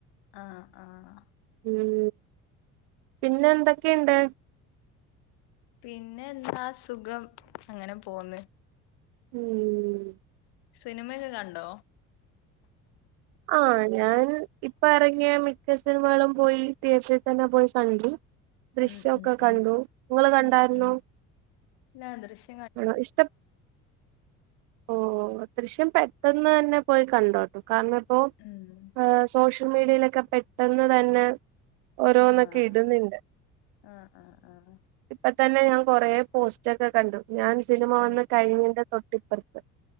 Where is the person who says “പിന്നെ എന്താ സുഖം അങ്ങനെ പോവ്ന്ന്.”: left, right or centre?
Left